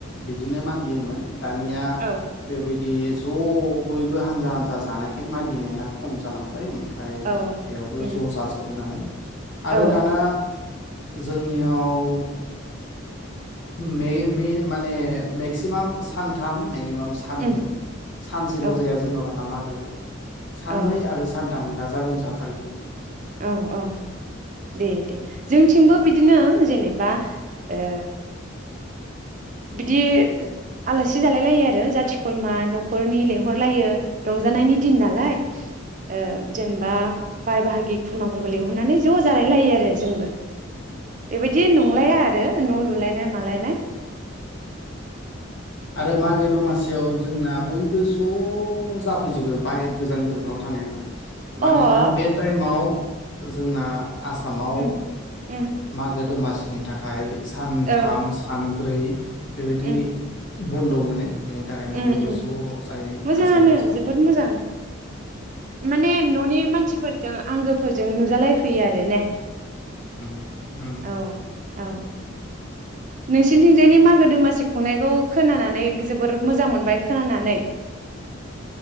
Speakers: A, on the left; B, on the right.
A: बिदिनो मागियोमोन। दानिया
B: औ
A: बेबायदि बि ज' बयबो हानजा हानजा जानायखाय मागिनाया खम जालांबाय। ओमफ्राय
B: उम
A: बेयावनो ज' जाजोबो नालाय आरो
B: औ
A: दाना जोंनियाव मे मे माने मेक्सिमाम सानथाम मिनिमाम साननै
B: उम
A: सानसेल'
B: औ
A: जाया जोंनाव मागोखौ। साननै
B: औ
A: आरो सान थामम गाजा गोमजायै फालियो।
B: औ औ दे दे जोंनिथिंबो बिदिनो जेनेबा ओ बिदि आलासि जालाय लायो आरो जाथि खुरमा न'खरनि लेंंहरलायो रंजानायनि दिन नालाय। ओ जेनेबा बाय बाहागि खुरमाफोरखौ लेंंहरनानै ज' जालाय लायो आरो जोंबो। बेबायदि नंलाया आरो न' लुलायनाय मालायनाय
A: आरो मागो दमासियाव जोंना बयबो ज' जा फैजोबो बाहेर गोजान गोजानाव थानायाबो मानोना
B: ओ अ
A: बे टाइमाव जोंना आसामाव
B: उम उम
A: मागो दमासि नि थाखाय सानथाम
B: औ
A: सान ब्रै बेबायदि
B: उम
A: बद। दं माने। बिनि थाखायनो
B: उम
A: बयबो
B: उम
A: ज' जायो
B: मोजाङानो
A: गाजा गोमजा।
B: जोबोद मोजां माने ननि। बे मानसिफोरजों आंगोफोरजों नुजालायफैयो आरो ने।
A: उ उ।
B: औ औ नोंसिनिथिंजायनि मागो दमासि खुंनायखौ खोनानानै जोब। जोबोर मोजां मोनबाय खोनानानै।